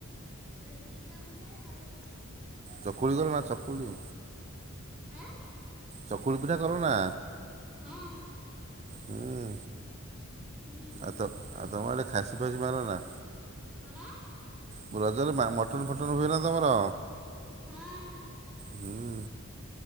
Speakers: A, in the centre; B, on the right.
A: ଏତିକି ତ ମୁ ଖାଏ ଆଉ।
B: ଚକୁଳି କର ନା ଚକୁଳି।
A: ଆଁ।
B: ଚକୁଳି ପିଠା କର ନା?
A: ହଁ।
B: ହୁଁ
A: ହୁଁ
B: ଆଉ ତ ଆଉ ତମ ଆଡ଼େ ଖାସି ଫାସି ମାର ନା?
A: କଣ?
B: ମୁ ରଜରେ ମା ମଟନ୍ ଫଟନ ହୁଏ ନା ତମର?
A: ହଁ
B: ହୁଁ